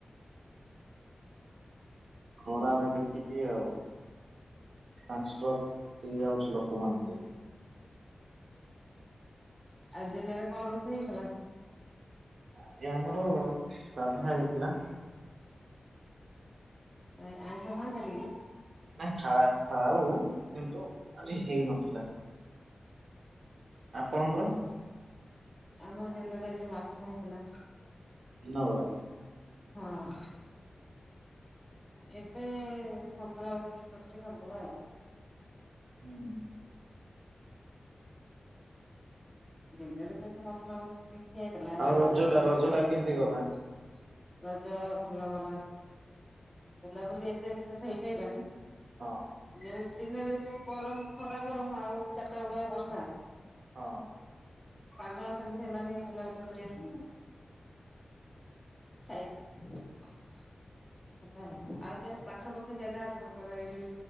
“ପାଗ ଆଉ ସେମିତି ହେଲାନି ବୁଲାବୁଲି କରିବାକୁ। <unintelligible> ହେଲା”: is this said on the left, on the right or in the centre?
Left